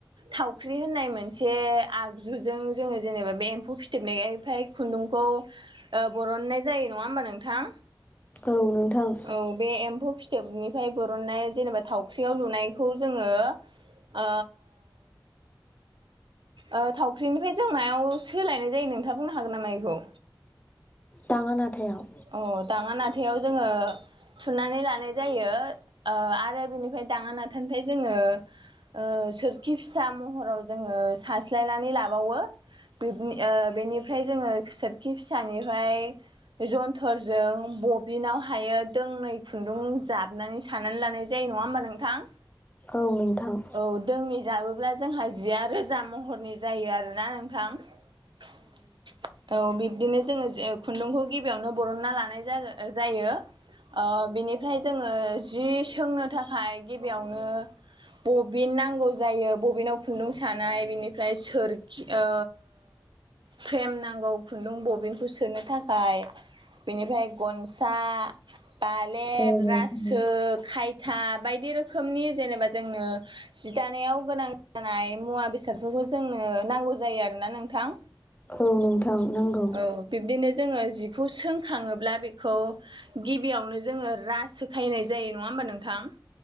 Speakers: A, on the right; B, on the left.
A: थावख्रि होननाय मोनसे आगजुजों जोङो जेनेबा बे एम्फौ फिथोबनायफ्राय खुन्दुंखौ ओ बरननाय जायो नङा होमबा नोंथां।
B: औ नोंथां।
A: औ बे एम्फौ फिथोबनिफ्राय बरननाय जेनेबा थावख्रियाव लुनायखौ जोंङो। ओ ओ थावख्रिनिफ्राय जों मायाव सोलायनाय जायो नोंथाङा बुंनो हागोन नामा इखौ
B: दाङा नाथायाव
A: अ दाङा नाथायाव जोंङो थुननानै लानाय जायो ओ आरो बिनिफ्राय दांङा नाथानिफ्राय जोंङो। ओ सोरखि फिसा महराव जोंङो सास्लायनानै लाबावो ओ बेनिफ्राय जोंङो सोर खि फिसानिफ्राय जन्थरजों बबिनाव हायो दोंनै खुन्दुं जाबनानै साननानै लानाय जायो नंङा होमबा नोंथां।
B: औ नोंथां।
A: औ दोंनै जाबोब्ला जोंहा जिया रोजा महरनि जायो आरोना नोंथां। औ बिब्दिनो जोंङो जो खुन्दुंखौ गिबियावनो बरनना लानाय जा जायो। ओ बिनिफ्राय जोंङो जि सोंनो थाखाय गिबियावनो बबिन नांगौ जायो बबिनाव खुन्दुं सानाय बेनिफ्राय सोरखि ओ फ्रेम नांगौ खुन्दुं बबिनखौ सोनो थाखाय। बेनिफ्राय गनसा बालेब
B: औ
A: रासो
B: नोंथां
A: ओ खायथा बायदि रोखोमनि जेनेबा जोंनो जि दानायाव गोनां जानाय मुवा बेसादफोरखौ जोंनो नांगौ जायो आरोना नोंथां।
B: औ नोंथां नांगौ
A: औ बिब्दिनो जोङो जिखौ सोंखाङोब्ला बेखौ गिबियावनो जोङो रास सोखायनाय जायो नङा होमबा नोंथां।